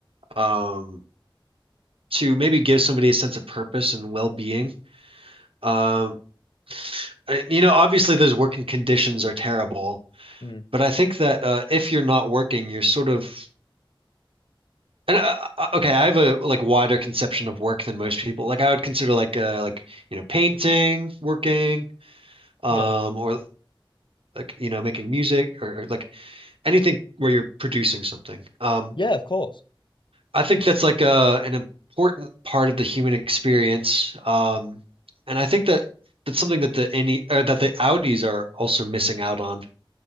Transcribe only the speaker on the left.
Mm,
yeah,
yeah, of course.